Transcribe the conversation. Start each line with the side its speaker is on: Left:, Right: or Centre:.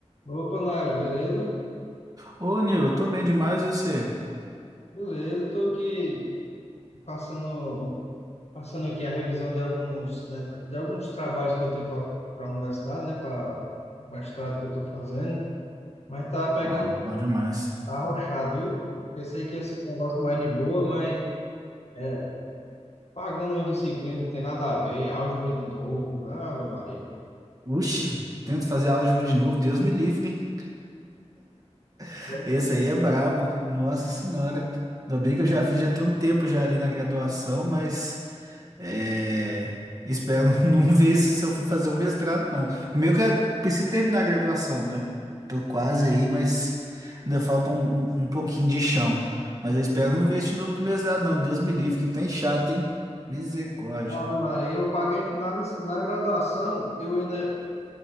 Left: Opa, Naila, beleza?
Right: Ô, Nil, tô bem demais e você?
Left: Beleza, estou aqui passando, passando aqui a revisão de alguns, de, de alguns trabalhos que eu tenho para a universidade, né? Para o mestrado que eu estou fazendo, mas tá pegando,
Right: Ó, bom demais.
Left: tá arrochado, viu? Pensei que ia ser um negócio mais de boa, mas é, pagando uma disciplina que tem nada a ver, álgebra de novo, Ave Maria.
Right: Uxi, tento fazer álgebra de novo, Deus me livre, hein? <laughs>
Left: Eu
Right: Esse
Left: que
Right: aí é brabo, nossa senhora. Ainda bem que eu já fiz já tem um tempo já ali na graduação, mas é, espero <laughs> não não ver isso se eu for fazer um mestrado, não. Primeiro que eu preciso terminar a graduação, né? Tô quase aí, mas ainda falta um, um, um pouquinho de chão. Mas eu espero não ver isso de novo do mestrado, não. Deus me livre, que tá chato, hein? Misericórdia.
Left: Ave Maria, eu paguei na, lic- na graduação, eu ainda